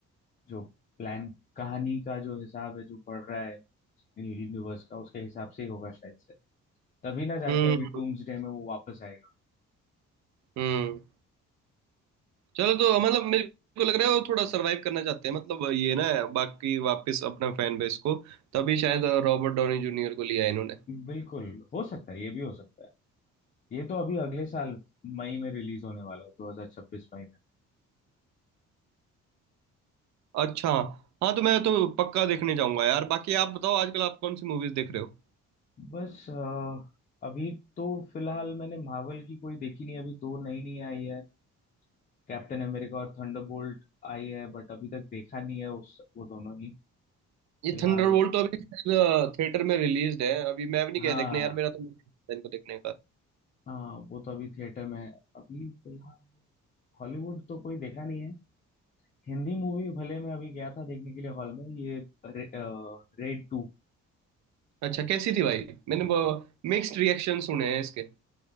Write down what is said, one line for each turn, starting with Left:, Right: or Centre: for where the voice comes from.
Left: जो प्लान कहानी का जो हिसाब है जो बढ़ रहा है यूनिवर्स का उसके हिसाब से ही होगा शायद से तभी ना जाके
Right: हम्म
Left: अभी डूम्सडे में वो वापस आएगा
Right: हम्म चलो तो मतलब मेरे को लग रहा है वो थोड़ा सरवाइव करना चाहते हैं मतलब ये ना बाकी वापस अपना फैन बेस को तभी शायद रॉबर्ट डॉनी जूनियर को लिया है इन्होंने
Left: बिल्कुल हो सकता है ये भी हो सकता है ये तो अभी अगले साल मई में रिलीज होने वाला है 2026 मई में
Right: अच्छा हाँ तो मैं तो पक्का देखने जाऊंगा यार बाकी आप बताओ आजकल आप कौन सी मूवीज देख रहे हो
Left: बस अ, अभी तो फिलहाल मैंने मार्वल की कोई देखी नहीं अभी दो नई नई आई है कैप्टन अमेरिका और थंडरबोल्ट आई है बट अभी तक देखा नहीं है उस वो दोनों ही
Right: ये
Left: फिलहाल
Right: थंडरबोल्ट तो अभी थिएटर में रिलीज है अभी मैं भी नहीं
Left: हाँ
Right: गया देखने यार मेरा तो मन नहीं था इनको देखने का
Left: हाँ वो तो अभी थिएटर में है अभी फिलहाल हॉलीवुड तो कोई देखा नहीं है हिंदी मूवी भले मैं अभी गया था देखने के लिए हॉल में ये रे, अ, रेड टू
Right: अच्छा कैसी थी भाई मैंने मिक्स्ड रिएक्शन सुने हैं इसके